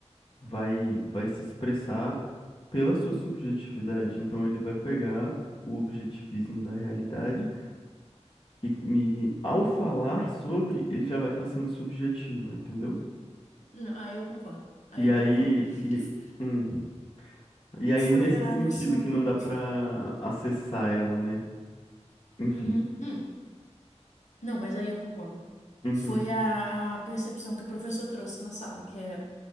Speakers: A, on the left; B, on the left.
A: vai vai se expressar pela sua subjetividade. Então ele vai pegar o objetivismo da realidade e, e ao falar sobre, ele já vai estar sendo subjetivo, entendeu?
B: Não, aí eu concordo. Aí
A: E
B: eu
A: aí,
B: concordo.
A: e,
B: Que f-
A: hum. E aí,
B: Foi
A: nesse
B: a
A: sentido
B: noção
A: que
B: que.
A: não
B: o-
A: dá pra acessar ela, né? Enfim.
B: Uhum. hum. Não, mas aí eu concordo.
A: Uhum,
B: Foi a, a percepção que o professor trouxe na sala, que é,